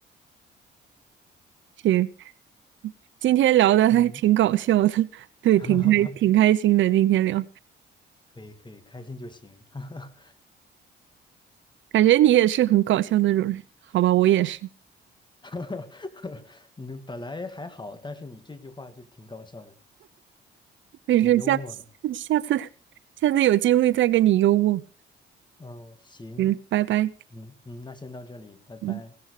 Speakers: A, on the right; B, on the left.
A: 行，今天聊的还挺搞笑的，
B: 嗯，
A: <laughs> 对，挺开挺开心的。
B: <laughs>
A: 今天聊，
B: 可以可以，开心就行。<laughs>
A: 感觉你也是很搞笑那种人，好吧，我也是。
B: <laughs> 你本来还好，但是你这句话就挺搞笑的，
A: 没事，
B: 挺幽默的。
A: 下次下次下次有机会再跟你幽默。
B: 嗯，行，
A: 嗯，拜拜。
B: 嗯嗯，那先到这里，拜拜。
A: 嗯。